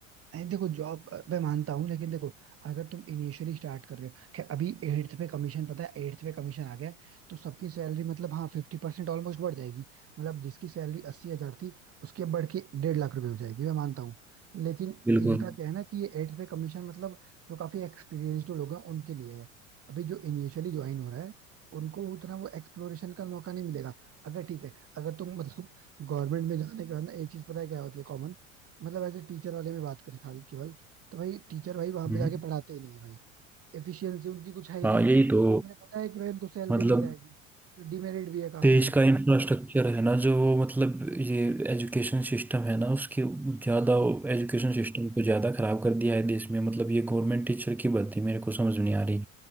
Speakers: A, on the right (about 35°); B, in the centre.
A: अरे देखो जॉब मैं मानता हूँ लेकिन देखो अगर तुम इनिशियली स्टार्ट कर रहे हो खैर अभी एट्थ पे कमीशन पता है एट्थ पे कमीशन आ गया है तो सबकी सैलरी मतलब हाँ फिफ्टी परसेंट ऑलमोस्ट बढ़ जाएगी मतलब जिसकी सैलरी अस्सी हजार थी उसके बढ़ के डेढ़ लाख रुपए हो जाएगी मैं मानता हूँ लेकिन
B: बिल्कुल
A: इनका क्या है ना कि ये एट्थ पे कमीशन मतलब जो काफी एक्सपीरियंस्ड लोग हैं उनके लिए है अभी जो इनिशियली ज्वाइन हो रहा है उनको उतना वो एक्सप्लोरेशन का मौका नहीं मिलेगा अगर ठीक है अगर तुम मतलब गवर्नमेंट में जाने के बाद ना एक चीज पता है क्या होती है मतलब एज ए टीचर वाले में बात करें खाली केवल तो भाई टीचर भाई वहां
B: हम्म
A: पे जाके पढ़ाते ही नहीं है भाई एफिशिएंसी उनकी कुछ है ही
B: हाँ
A: नहीं
B: यही तो
A: उन्हें पता है कि भाई उनको सैलरी
B: मतलब
A: मिल जाएगी जो डिमेरिट भी है काफी
B: देश
A: है
B: का इंफ्रास्ट्रक्चर है ना जो वो मतलब ये एजुकेशन सिस्टम है ना उसकी ज़्यादा
A: हाँ
B: एजुकेशन सिस्टम को ज़्यादा खराब कर दिया है देश में मतलब ये गवर्नमेंट टीचर की भर्ती मेरे को समझ में नहीं आ रही